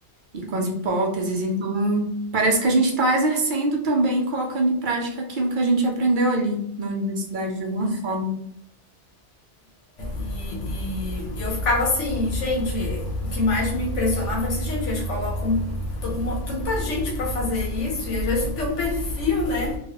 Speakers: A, on the right; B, on the left.
A: e com as hipóteses. Então, parece que a gente está exercendo também, colocando em prática aquilo que a gente aprendeu ali na universidade, de alguma forma.
B: E, e- e eu ficava assim, gente, o que mais me impressionava era assim, gente, eles colocam t- uma- tanta gente para fazer isso, e às vezes tem um perfil, né?